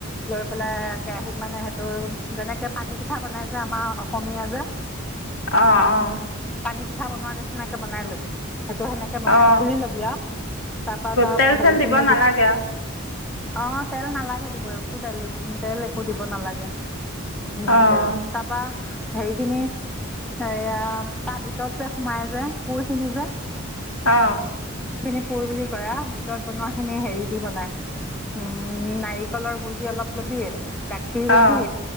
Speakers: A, in the centre; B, on the left.
A: লৈ পেলাই কেৰাহীত মানে সেইটো, যেনেকে পানীপিঠা বনায় যে আমাৰ অসমীয়া যে।
B: অ' অ'।
A: পানীপিঠা বনোৱা নিচিনাকে বনাই ল'বি। সেইটো হেনেকে বনায়,
B: অঁ
A: গুলি ল'বি আও। তাৰপা তাত
B: তেল
A: হেৰিখিনি
B: চেল দিব নালাগে
A: দি
B: আৰু
A: অ' তেল নালাগে দিব, একো তেল দি তেল একো দিব নালাগে। <unintelligible>
B: অঁ
A: তেল, তাৰপা হেৰিখিনি, সেয়া, তাৰ ভিতৰত যে সোমাই যে পোৰখিনি যে।
B: অ'।
A: সেখিনি পোৰ বুলি কয় আও, ভিতৰত বনোৱাখিনি হেৰি দি বনায়। উম নাৰিকলৰ গুৰি অলপ ল'বি। গাখীৰ ল'বি।
B: অঁ